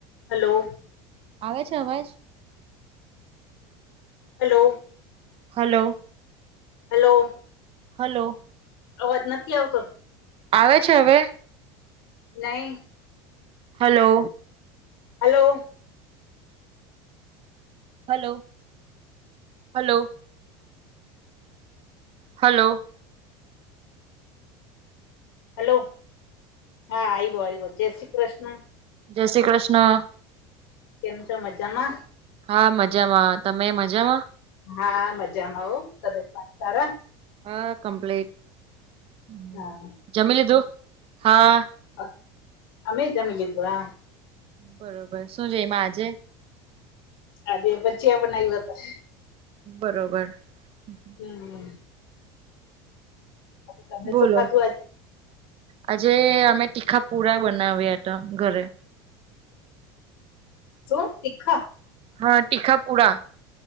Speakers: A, on the left; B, on the right.
A: Hello
B: આવે છે અવાજ?
A: હલો
B: હલો
A: હલો
B: હલો
A: અવાજ નથી આવતો?
B: આવે છે હવે?
A: નહીં.
B: Hello
A: hello
B: hello, hello hello
A: hello હા આઈવો આઈવો. જય શ્રી કૃષ્ણ.
B: જય શ્રી કૃષ્ણ.
A: કેમ છો મજામાં?
B: હા મજામાં. તમે મજામાં?
A: હા મજામાં હો. તબિયત પાણી સારા?
B: હા કમ્પ્લેટ. હમ
A: હા
B: જમી લીધું? હા
A: હા. અમેય જમી લીધું હા.
B: બરોબર. શું જમ્યા આજે?
A: આજે ભજીયા બનાવિયા તા.
B: બરોબર. હમ
A: હમ હમ તમે
B: બોલો.
A: શું ખાધું આજે
B: આજે અમે તીખા પુરા બનાવ્યા તા ઘરે.
A: શું તીખા?
B: હા ટીખાપુડા.